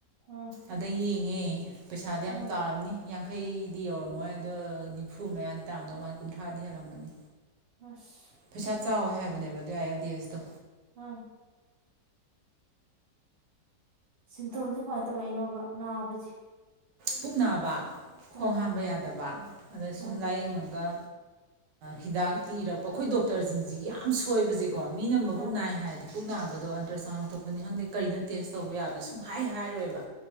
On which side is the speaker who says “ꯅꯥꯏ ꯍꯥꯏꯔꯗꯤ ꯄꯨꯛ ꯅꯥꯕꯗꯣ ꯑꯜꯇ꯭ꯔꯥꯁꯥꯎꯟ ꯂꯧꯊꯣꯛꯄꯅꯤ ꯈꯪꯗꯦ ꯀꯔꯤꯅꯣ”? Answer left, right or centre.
Right